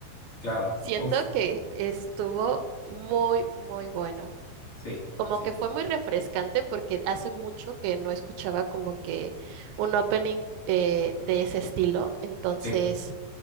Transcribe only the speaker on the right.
Siento
que estuvo muy, muy bueno.
como
que fue muy refrescante porque hace mucho que no escuchaba como que un opening eh, de ese estilo, entonces